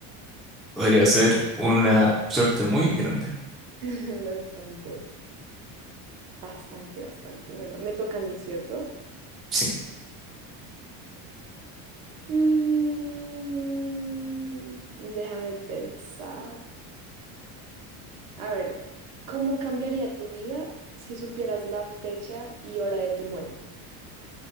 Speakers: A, in the centre; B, on the right (about 70°).
A: Podría ser una suerte muy grande.
B: <laughs> bastante. Bastante, bastante. Bueno, me toca a mí, ¿cierto?
A: Sí.
B: Mm, déjame pensar. A ver, ¿cómo cambiaría tu vida si supieras la fecha y hora de tu muerte?